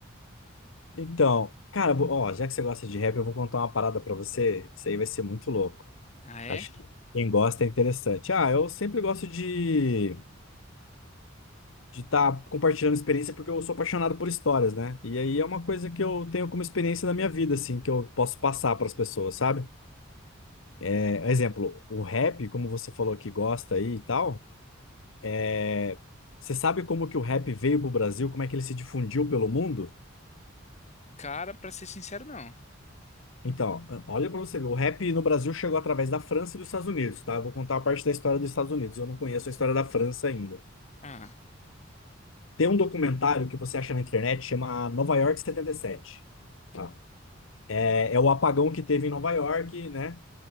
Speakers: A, on the left; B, on the left.
A: Então, cara, vou- ó, já que você gosta de rap, eu vou contar uma parada pra você, isso aí vai ser muito louco.
B: Ah, é?
A: Acho que quem gosta é interessante. Ah, eu sempre gosto de de estar compartilhando experiência, porque eu sou apaixonado por histórias, né? E aí é uma coisa que eu tenho como experiência da minha vida, assim, que eu posso passar para as pessoas, sabe? É, exemplo, o rap, como você falou que gosta aí e tal, é, você sabe como que o rap veio pro Brasil, como é que ele se difundiu pelo mundo?
B: Cara, pra ser sincero, não.
A: Então, olha para você ver, o rap no Brasil chegou através da França e dos Estados Unidos, tá? Eu vou contar a parte da história dos Estados Unidos, eu não conheço a história da França ainda.
B: Ah,
A: Tem um documentário que você acha na internet, chama Nova York 77. tá? É, é o apagão que teve em Nova York, né?